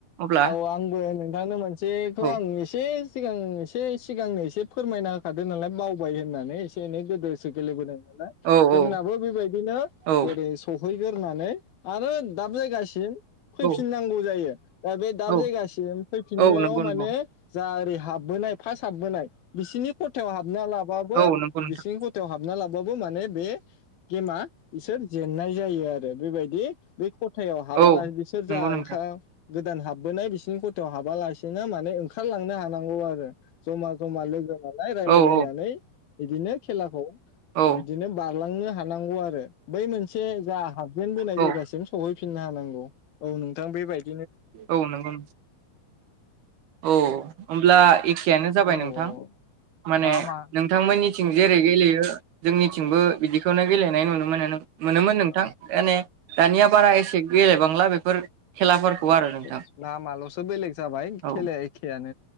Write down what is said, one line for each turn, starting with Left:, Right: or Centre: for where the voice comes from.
Right: अब्ला
Left: औ औ आंबो नोंथांनो मोनसेखौ
Right: औ
Left: आं एसे सिगां एसे सिगांनो एसे फोरमायना होखादों नालाय मावबाय होननानै एसे एनै गोदोसो गेलेबोदों जोंनाबो
Right: औ औ
Left: बेबायदिनो
Right: औ
Left: जेरै स हैग्रोनानै आरो दाब जायगासिम फैफिननांगौ
Right: औ
Left: जायो दा बे दाब
Right: औ
Left: जायगासिम फैफिननायाव
Right: औ नंगौ
Left: माने
Right: नंगौ
Left: जा एरै हाबबोनाय फार्स्ट हाबबोनाय बिसोरनि खथायाव हाब हाबना लाबाबो
Right: औ नंगौ नोंथां
Left: बिसिरनि गथायाव हाबना लाबो बाबु माने बे गेमा सो जेननाय जायो आरो बेबायदि बे खुथायाव हाबाला
Right: औ
Left: बिसोर
Right: नंगौ
Left: जा ओंखा
Right: नोंथां
Left: गोदान हाबबोनाय बिसिरनि खथायाव हाबालासेनो माने ओंखारलांनो हानांगौ आरो जमा जमा लोगो राय्लाय
Right: औ
Left: लायनानै
Right: औ
Left: बिदिनो खेलाखौ बिदिनो
Right: औ
Left: बा खारलांनो हानांगौ आरो बै मोनसे जा हाबजेन बोनाय
Right: औ
Left: जायगासिम सहै फिननो हानांगौ औ नोंथां बेबायदि
Right: औ नंगौ औ होमब्ला एखेयानो जाबाय
Left: औ
Right: नोंथां
Left: औ
Right: माने
Left: नामा
Right: नोंथांमोननि थिं जेरै गेलेयो जोंनिथिंबो बिदिखौनो
Left: औ
Right: गेलेनाय नुनो मोनो मोनोमोन नोंथां
Left: औ
Right: दाने दानिया बारा एसे गेलेबांला बेफोर खेलाफोरखौ
Left: औ
Right: आरो
Left: औ
Right: नोंथां
Left: नामालसो बेलेग जाबाय
Right: औ
Left: खेलाया एखेया